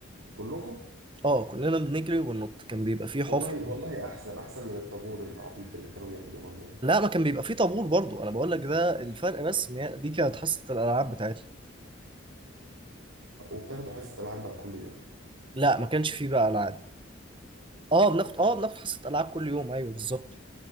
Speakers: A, on the right; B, on the right.
A: كلكم
B: اه كلنا بنجري وبننط كان بيبقى فيه حفر
A: والله والله احسن احسن من الطابور العبيط اللي كانوا بيعملوه لنا ده
B: لا ما كان بيبقى فيه طابور برضو انا بقول لك ده الفرق بس ان هي دي كانت حصة الالعاب بتاعتنا
A: وبتاخدوا حصة العاب بقى كل يوم
B: لا ما كانش فيه بقى العاب اه بناخد اه بناخد حصة ألعاب كل يوم ايوه بالظبط